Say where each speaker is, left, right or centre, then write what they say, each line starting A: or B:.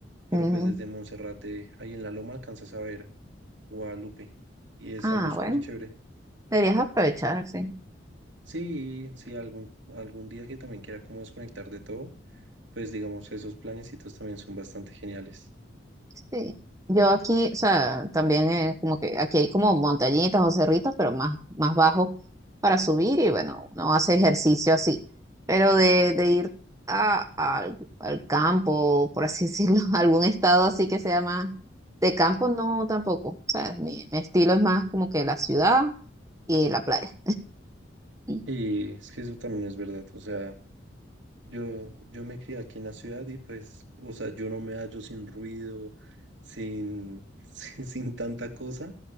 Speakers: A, on the right; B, on the right.
A: pero
B: Ujú.
A: pues desde Monserrate, ahí en la loma, alcanzas a ver Guadalupe. Y es
B: Ah,
A: algo súper
B: bueno,
A: chévere.
B: deberías aprovechar, sí.
A: Sí, sí, algún, algún día que también quiera como desconectar de todo, pues digamos, esos planecitos también son bastante geniales.
B: Sí. Yo aquí, o sea, también eh, como que aquí hay como montañitas o cerritos, pero más, más bajo para subir y bueno, uno hace ejercicio así. Pero de, de ir a, al, al campo, por así decirlo, <laughs> a algún estado así que sea más de campo, no tampoco. O sea, mi, mi estilo es más como que la ciudad y la playa. Sí.
A: Y es que eso también es verdad, o sea... Yo, yo me crié aquí en la ciudad y pues, o sea, yo no me hallo sin ruido, sin, <laughs> sin, sin tanta cosa.